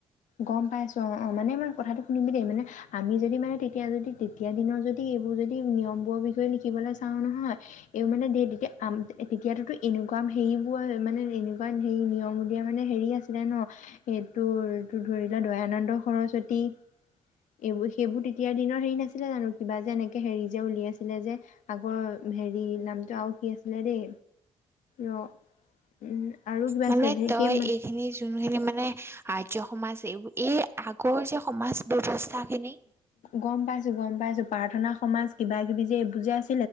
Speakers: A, on the left; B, on the right.
A: গম পাইছো অ অ মানে মই কথাটো শুনিমি দেই মানে আমি যদি মানে তেতিয়া যদি তেতিয়া দিনৰত যদি এইবোৰ যদি নিয়মবোৰৰ বিষয়ে লিখিবলৈ চাও নহয় এই মানে দেই তেতিয়া তেতিয়াতোতো এনেকুৱা হেৰিবোৰ মানে এনেকুৱা হে নিয়ম দিয়া মানে হেৰি আছিলে ন এইটোৰ তোৰ টো ধৰি লোৱা দয়ানন্দ সৰস্বতী এইবোৰ সেইবোৰ তেতিয়াৰ দিনৰ হেৰি নাছিলে জানো কিবা যে এনেকে হেৰি যে উলিয়াইছিলে যে আগৰ হেৰি নামটো আৰু কি আছিলে দেই ৰ আৰু কিবা
B: মানে
A: আছিলে
B: তই
A: সেই
B: এইখিনি খিনি মানে আৰ্য সমাজ এইবোৰ এই আগৰ যে সমাজ ব্যৱস্থা খিনি
A: গম পাইছো গম পাইছো। প্ৰাৰ্থনা সমাজ কিবা কিবা কি যে এই বুজাই